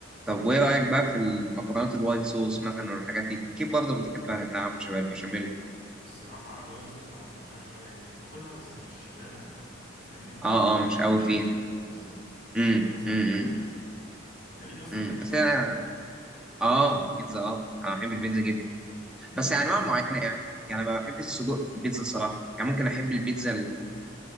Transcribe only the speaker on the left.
الصراحة الوايت صوص ما بحبهاش قوي يعني باكلها بس مش اللي هي بحبها انت فاهمني
ان
في
حاجات
تانية
احسن يعني بالظبط
بحب مثلا
حاجات
تانية احسن بكتير انت ليك اصلا
في البيتزا
بجد
طب